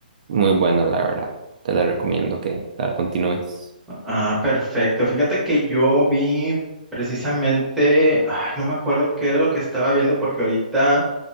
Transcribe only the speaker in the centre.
Ah, perfecto. Fíjate que yo vi precisamente, ay, no me acuerdo qué era lo que estaba viendo porque ahorita